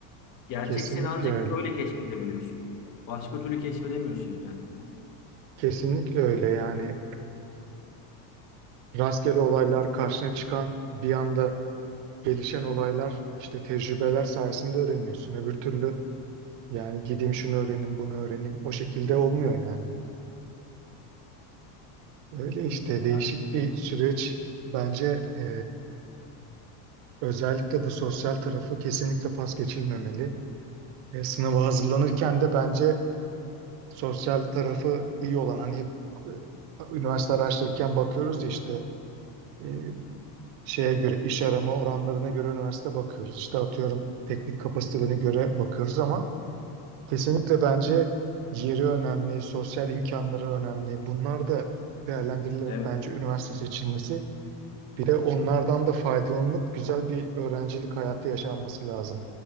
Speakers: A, on the left (about 45°); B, on the right (about 60°).
A: Gerçek
B: Kesinlikle
A: seni ancak
B: öyle.
A: öyle keşfedebiliyorsun. Başka türlü keşfedemiyorsun yani.
B: Kesinlikle öyle yani. Rastgele olaylar karşına çıkan bir anda gelişen olaylar işte tecrübeler sayesinde öğreniyorsun. Öbür türlü yani gideyim şunu öğrenim bunu öğrenim o şekilde olmuyor yani. Öyle işte değişik
A: Ya,
B: bir süreç. Bence e, özellikle bu sosyal tarafı kesinlikle pas geçilmemeli. E, sınava hazırlanırken de bence sosyal tarafı iyi olan hani hep e, üniversite araştırırken bakıyoruz ya işte e, şeye göre iş arama oranlarına göre üniversite bakıyoruz. İşte atıyorum teknik kapasitelerine göre bakıyoruz ama kesinlikle bence yeri önemli, sosyal imkanları önemli. Bunlar da değerlendirilerek
A: Evet.
B: bence üniversite seçilmesi Bir de onlardan da faydalanıp güzel bir öğrencilik hayatı yaşanması lazım.